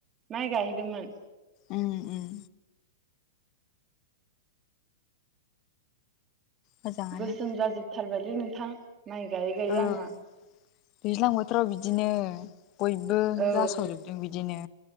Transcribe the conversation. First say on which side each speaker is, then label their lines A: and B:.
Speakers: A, on the right (about 20°); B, on the left (about 30°).
A: माइ गायहैदोंमोन।
B: उम उम। मोजाङानो
A: गोसोम जाजोबथारबायलै नोंथां माइ गायै गायै
B: ओं
A: आङा।
B: दैज्लां बोथोराव बिदिनो बयबो
A: औ
B: जासावजोबदों बिदिनो।